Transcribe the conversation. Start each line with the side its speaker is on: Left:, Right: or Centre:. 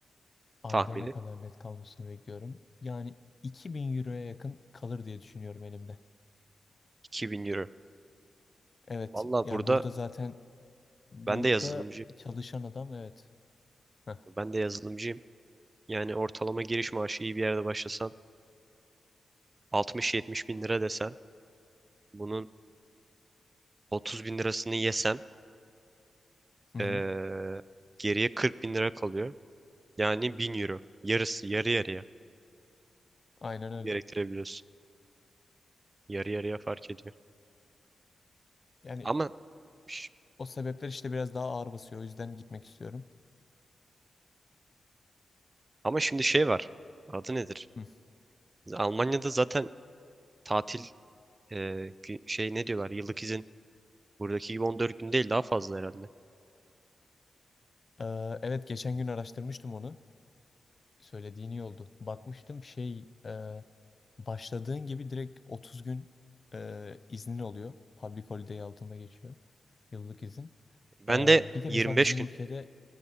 Left: ayda
Right: Tahmini
Left: ne kadar net kalmasını bekliyorum. Yani 2000 euroya yakın kalır diye düşünüyorum elimde.
Right: 2000 euro.
Left: Evet,
Right: Valla
Left: yani
Right: burada
Left: burada zaten burada
Right: ben de yazılımcıyım.
Left: çalışan adam evet. Heh.
Right: Ben de yazılımcıyım. Yani ortalama giriş maaşı iyi bir yerde başlasan 60-70 bin lira desen Bunun 30 bin lirasını yesem
Left: Hı hı,
Right: eee, geriye 40 bin lira kalıyor. Yani 1000 euro. Yarısı yarı yarıya
Left: aynen öyle.
Right: gerektirebiliyorsun. Yarı yarıya fark ediyor.
Left: Yani
Right: Ama ş-
Left: o sebepler işte biraz daha ağır basıyor. O yüzden gitmek istiyorum.
Right: ama şimdi şey var. Adı nedir?
Left: Hı
Right: Almanya'da zaten tatil eee, gü- şey ne diyorlar? Yıllık izin buradaki gibi 14 gün değil daha fazla herhalde.
Left: Ee, evet geçen gün araştırmıştım onu. Söylediğin iyi oldu. Bakmıştım şey e, başladığın gibi direkt 30 gün e, iznin oluyor. Public holiday altında geçiyor. Yıllık izin.
Right: Ben
Left: Ee,
Right: de
Left: bir de
Right: 25
Left: mesela bizim
Right: gün.
Left: ülkede